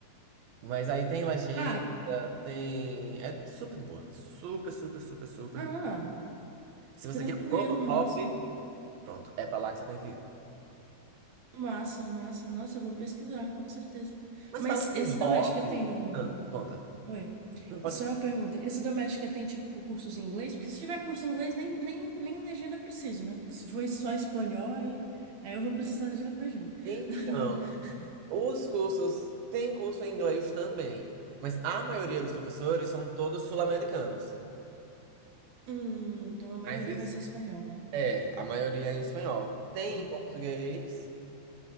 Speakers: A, on the right; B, on the right.
A: Mas aí tem legenda,
B: Ah,
A: tem. É super de boa. Super, super, super, super
B: ah,
A: de boa. Se você
B: tranquilo,
A: quer um novo
B: massa.
A: hobby, pronto, é pra lá que você tem que ir.
B: Massa, massa. Nossa, eu vou pesquisar, com certeza.
A: Mas
B: Mas
A: fala
B: esse
A: em
B: doméstica
A: hobby.
B: tem.
A: Ah, conta.
B: Oi.
A: Não pode
B: Só
A: ser.
B: uma pergunta, esse Doméstica tem, tipo, cursos em inglês? Porque se tiver curso em inglês, nem, nem, nem legenda eu preciso, né? Porque se for só espanhol, aí, aí eu vou precisar de legenda.
A: Então,
B: <laughs>
A: os cursos. Tem curso em inglês também, mas a maioria dos professores são todos sul-americanos.
B: Hum, então a maioria
A: Mas existe
B: vai ser espanhol, né?
A: É, a maioria é em espanhol. Tem
B: Hum.
A: em português.